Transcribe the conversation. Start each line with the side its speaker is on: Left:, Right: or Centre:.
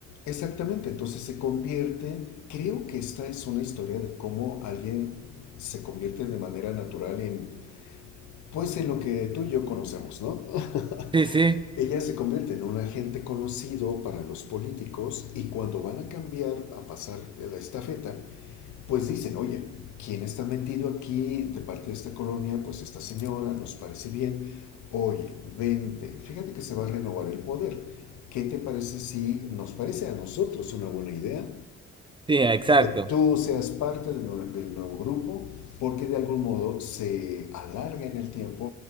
Left: Exactamente, entonces se convierte, creo que esta es una historia de cómo alguien se convierte de manera natural en, pues en lo que tú y yo conocemos, ¿no?
Right: Sí, sí,
Left: <laughs> Ella se convierte en un agente conocido para los políticos y cuando van a cambiar, a pasar la estafeta, pues dicen, oye, ¿quién está metido aquí de parte de esta colonia? Pues esta señora, nos parece bien. Oye, vente, fíjate que se va a renovar el poder. ¿Qué te parece si nos parece a nosotros una buena idea?
Right: sí, exacto.
Left: que tú seas parte del, nu- del nuevo grupo, porque de algún modo se alarga en el tiempo